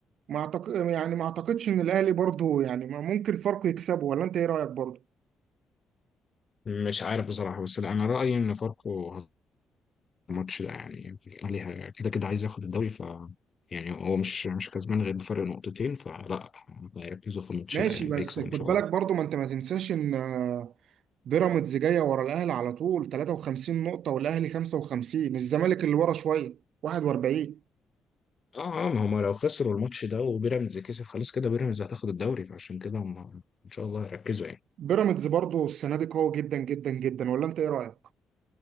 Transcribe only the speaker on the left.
مش عارف بصراحة بس لا أنا رأيي إن فاركو الماتش ده يعني الأهلي كده كده عايز ياخد الدوري ف يعني هو مش مش كسبان غير بفرق نقطتين فلا هيركزوا في الماتش
ده يعني
هيكسب
ان شاء
الله
اه اه ما هم لو خسروا الماتش ده وبيراميدز كسب خلاص كده بيراميدز هتاخد الدوري فعشان كده هم ان شاء الله هيركزوا يعني